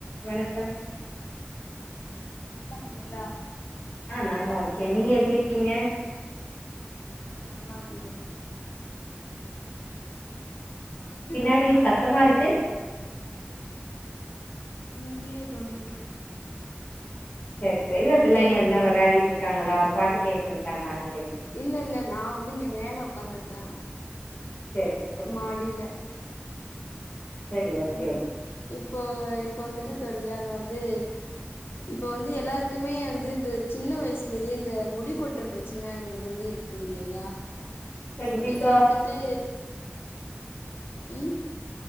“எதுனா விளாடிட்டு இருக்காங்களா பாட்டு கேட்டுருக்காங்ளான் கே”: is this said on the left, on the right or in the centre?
Left